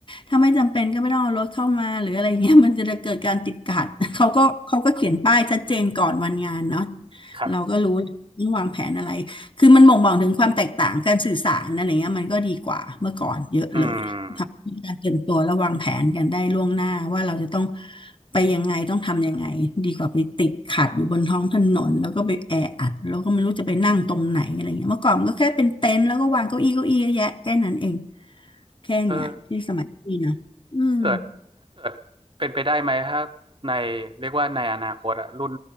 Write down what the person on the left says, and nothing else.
ถ้าไม่จำเป็นก็ไม่ต้องเอารถเข้ามาหรืออะไรเงี้ยมันจะเกิดการติดขัด <laughs> เขาก็เขาก็เขียนป้ายชัดเจนก่อนวันงานเนาะ
เราก็รู้ต้องวางแผนอะไรคือมันบ่งบอกถึงความแตกต่างการสื่อสารอะไรเงี้ยมันก็ดีกว่าเมื่อก่อนเยอะเลย
มีการเตรียมตัวและวางแผนกันได้ล่วงหน้าว่าเราจะต้องไปยังไงต้องทำยังไงดีกว่าไปติดขัดอยู่บนท้องถนนแล้วก็ไปแออัดแล้วก็ไม่รู้จะไปนั่งตรงไหนอะไรเงี้ยเมื่อก่อนมันก็แค่เป็นเต็นท์แล้วก็วางเก้าอี้เก้าอี้เยอะแยะแค่นั้นเองแค่เนี้ยที่สมัยพี่นะอืม